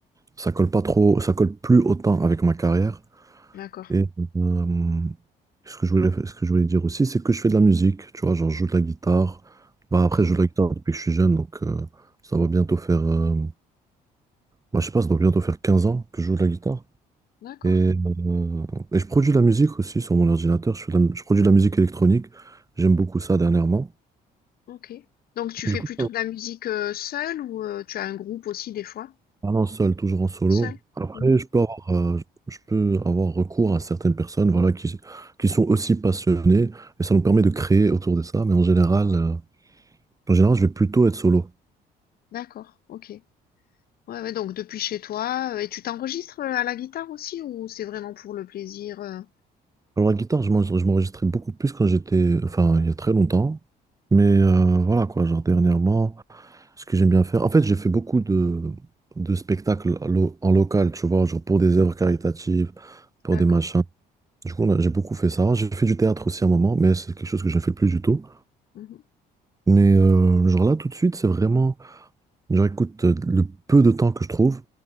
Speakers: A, on the right; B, on the left.
A: ça colle pas trop, ça colle plus autant avec ma carrière.
B: D'accord.
A: Et euh, ce que je voulais, ce que je voulais dire aussi, c'est que je fais de la musique, tu vois, genre je joue de la guitare. Bah
B: OK.
A: après, je joue de la guitare depuis que je suis jeune, donc euh, ça va bientôt faire euh, Moi, je sais pas, ça doit bientôt faire 15 ans que je joue de la guitare.
B: D'accord.
A: Et, euh, et je produis de la musique aussi sur mon ordinateur. Je fais de la- je produis de la musique électronique. J'aime beaucoup ça dernièrement.
B: OK. Donc tu fais
A: Du coup,
B: plutôt de la musique, heu, seule ou, heu, tu as un groupe aussi des fois?
A: parlant seul, toujours en solo.
B: Seul?
A: Après,
B: Mhm.
A: je peux avoir, euh, je peux avoir recours à certaines personnes, voilà, qui, qui sont aussi passionnées. Et ça nous permet de créer autour de ça. Mais en général, euh, en général, je vais plutôt être solo.
B: D'accord, ok. Ouais, ouais, donc depuis chez toi, euh, et tu t'enregistres euh, à la guitare aussi ou c'est vraiment pour le plaisir? euh
A: Alors, la guitare, je m'en- je m'enregistrais beaucoup plus quand j'étais, enfin, il y a très longtemps. Mais euh, voilà, quoi, genre dernièrement. Ce que j'aime bien faire. En fait, j'ai fait beaucoup de, de spectacles à lo- en local, tu vois, genre pour des œuvres caritatives, pour
B: D'accord,
A: des machins. Du coup, on a- j'ai beaucoup fait ça. J'ai fait du théâtre aussi à un moment, mais c'est quelque chose que je ne fais plus du tout.
B: mhm.
A: Mais euh, genre là, tout de suite, c'est vraiment, genre écoute, euh, le peu de temps que je trouve,